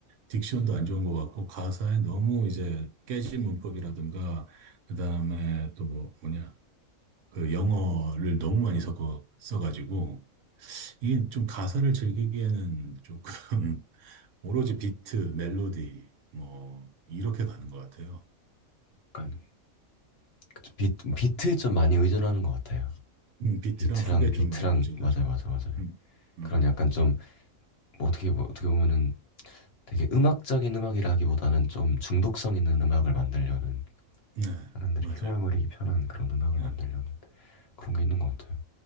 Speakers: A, on the right (about 70°); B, on the left (about 55°).
A: 딕션도 안 좋은 것 같고 가사에 너무 이제 깨진 문법이라든가 그다음에 또 뭐 뭐냐 그 영어를 너무 많이 섞어 써가지고 이게 좀 가사를 즐기기에는 조금 <laughs> 오로지 비트, 멜로디 뭐 이렇게 가는 것 같아요.
B: 그러니까
A: 음,
B: 그쵸. 비트, 비트에 좀 많이 의존하는 것 같아요
A: 음, 비트랑
B: 비트랑
A: 훅에
B: 비트랑
A: 좀 많이 움직여죠.
B: 맞아요 맞아요 맞아요
A: 음, 음,
B: 그런 약간 좀뭐 어떻게 보- 어떻게 보면은 되게 음악적인 음악이라기보다는 좀 중독성 있는 음악을 만들려는
A: 네,
B: 사람들이
A: 맞아요.
B: 흥얼거리기 편한 그런 음악을
A: 네,
B: 만들려는
A: 음,
B: 그런 게 있는 것 같아요